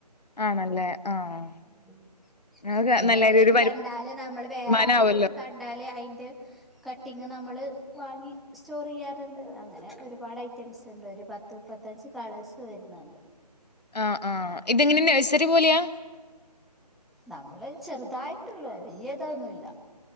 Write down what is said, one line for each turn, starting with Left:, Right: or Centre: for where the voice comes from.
Left: ആണല്ലേ ആഹ്
Centre: ഉം
Left: അത്
Centre: പിന്നെ
Left: നല്ലായിരുന്നു
Centre: എവിടേലും
Left: ഒരു
Centre: കണ്ടാല് നമ്മള് വേറെ
Left: തീരുമാനാവല്ലോ.
Centre: ആര്ത്തേലും കണ് ണ്ടാല് അയിൻ്റെ കട്ടിങ് നമ്മള് വാങ്ങി സ്റ്റോറേയ്യാറ്ണ്ട് അങ്ങനെ ഒരുപാട് ഐറ്റംസിണ്ട് ഒരു പത്ത് മുപ്പത്തഞ്ച് കളേഴ്സ് വരുന്ന്ണ്ട്
Left: ആഹ ആഹ് ഇതെങ്ങെന നഴ്സറി പോലെയാ
Centre: നമ്മൾ ചെറുതായിട്ടുള്ളൂ വല്യതാ ഒന്നുല്ല